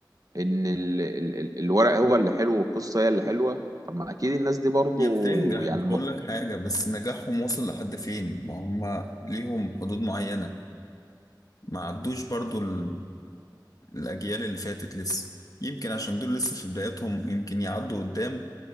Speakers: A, on the right (about 50°); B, on the left (about 50°).
A: ان ال- ال- ال- الورق هو اللي حلو والقصه هي اللي حلوه طب ما اكيد الناس دي برضو
B: هي بتنجح
A: يعني
B: مش
A: المفروض
B: بقول لك حاجة بس نجاحهم وصل لحد فين؟ ما هم ليهم حدود معينة ما عدوش برضو ال- الأجيال اللي فاتت لسه يمكن عشان دول لسه في بداياتهم يمكن يعدوا قدام